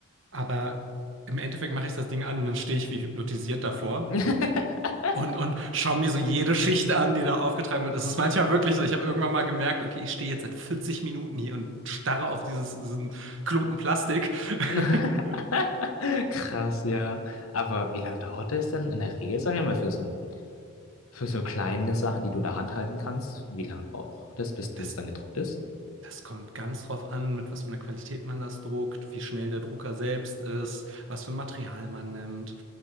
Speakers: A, on the right (about 65°); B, on the left (about 80°).
A: Aber im Endeffekt mache ich das Ding an und dann stehe ich wie hypnotisiert davor
B: <laughs>
A: und, und schaue mir so jede Schicht an, die da aufgetragen wird. Das ist manchmal wirklich so. Ich habe irgendwann mal gemerkt, okay, ich stehe jetzt seit 40 Minuten hier und starre auf dieses, diesen Klumpen Plastik. <laughs>
B: <laughs> Krass, ja. Aber wie lange dauert es denn in der Regel, sagen wir mal, für so ein, für so kleine Sachen, die du in der Hand halten kannst? Wie lange braucht das, bis das
A: Das
B: dann gedruckt ist?
A: Das kommt ganz drauf an, mit was für einer Qualität man das druckt, wie schnell der Drucker selbst ist, was für ein Material man nimmt.